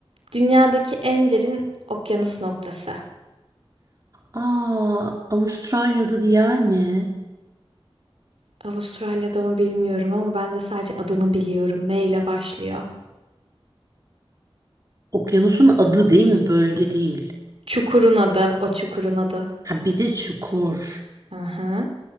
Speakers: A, on the right; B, on the right.
A: Dünyadaki en derin okyanus noktası.
B: Aa, Avustralya'da bir yer mi?
A: Avustralya'da mı bilmiyorum ama ben de sadece adını biliyorum. M ile başlıyor.
B: Okyanusun adı değil mi? Bölge değil.
A: Çukurun adı, o çukurun adı.
B: Ha bir de çukur.
A: Aha.